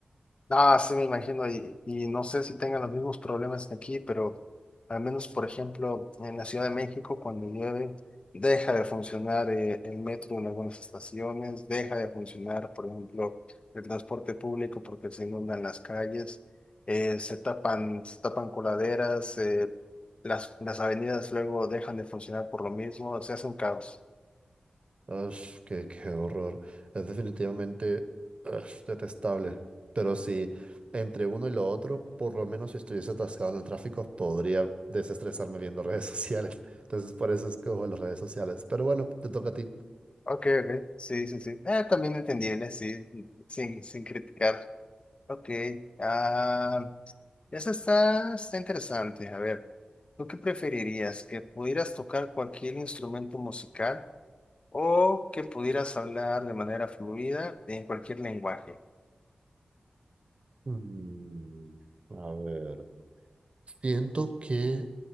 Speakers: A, on the left (about 45°); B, on the right (about 50°).
A: Ah, sí, me imagino, y, y no sé si tengan los mismos problemas que aquí, pero al menos, por ejemplo, en la Ciudad de México, cuando llueve, deja de funcionar eh, el metro en algunas estaciones, deja de funcionar, por ejemplo, el transporte público porque se inundan las calles, eh, se tapan, se tapan coladeras, eh, las, las avenidas luego dejan de funcionar por lo mismo, se hace un caos.
B: Ash, qué, qué horror. Es definitivamente ash, detestable. Pero si entre uno y lo otro, por lo menos si estuviese atascado en el tráfico, podría desestresarme viendo <laughs> redes sociales. Entonces por eso escojo las redes sociales. Pero bueno, te toca a ti.
A: Ok, ok, sí, sí, sí. Eh, también entendible, sí, sin, sin criticar. Ok, ah, esa está, está interesante. A ver, ¿tú qué preferirías? ¿Que pudieras tocar cualquier instrumento musical o que pudieras hablar de manera fluida en cualquier lenguaje?
B: Mm, a ver. Siento que